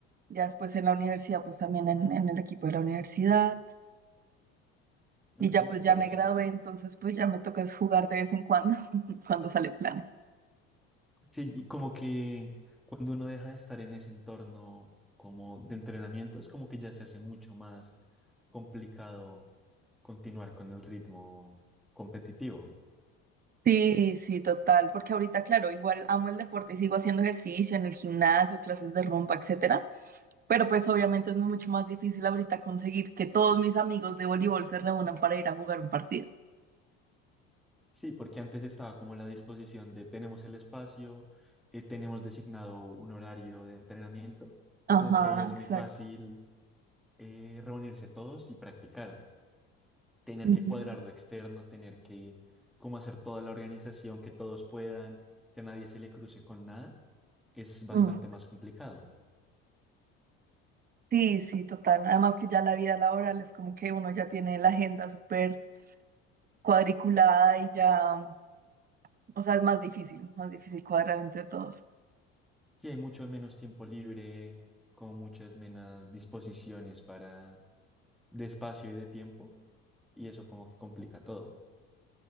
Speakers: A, on the right; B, in the centre.
A: Ya después en la universidad, pues también en, en el equipo de la universidad. Y
B: ok,
A: ya pues
B: súper
A: ya me
B: bien.
A: gradué, entonces pues ya me toca es jugar de vez en cuando, <laughs> cuando sale planes.
B: Sí, y como que cuando uno deja de estar en ese entorno como de entrenamientos, como que ya se hace mucho más complicado continuar con el ritmo competitivo.
A: Sí, sí, total, porque ahorita, claro, igual amo el deporte y sigo haciendo ejercicio en el gimnasio, clases de rumba, etcétera, pero pues obviamente es mucho más difícil ahorita conseguir que todos mis amigos de voleibol se reúnan para ir a jugar un partido.
B: Sí, porque antes estaba como la disposición de tenemos el espacio, eh, tenemos designado un horario de entrenamiento,
A: Ajá,
B: como que ahí es
A: exacto.
B: muy fácil eh, reunirse todos y practicar, tener
A: Ujú.
B: que cuadrar lo externo, tener que como hacer toda la organización, que todos puedan, que a nadie se le cruce con nada es bastante
A: Mm.
B: más complicado.
A: Sí, sí, total. Además que ya la vida laboral es como que uno ya tiene la agenda súper cuadriculada y ya, o sea, es más difícil, más difícil cuadrar entre todos.
B: Sí, hay mucho menos tiempo libre, con muchas menos disposiciones para de espacio y de tiempo, y eso como que complica todo.